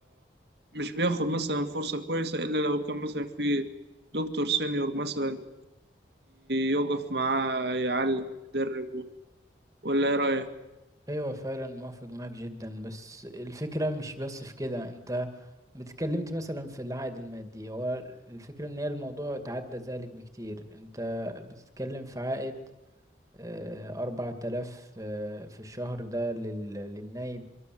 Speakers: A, on the right; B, on the right.
A: مش بياخد مثلا فرصة كويسة إلا لو كان مثلا في دكتور سينيور مثلا يقف معاه يعلم ويدربه ولا إيه رأيك؟
B: ايوه فعلا موافق معاك جدا بس الفكره مش بس في كده انت اتكلمت مثلا في العائد المادي هو الفكره ان هي الموضوع اتعدى ذلك بكتير انت بتتكلم في عائد آه، أربعة آلاف آه، في الشهر ده لل... للنايب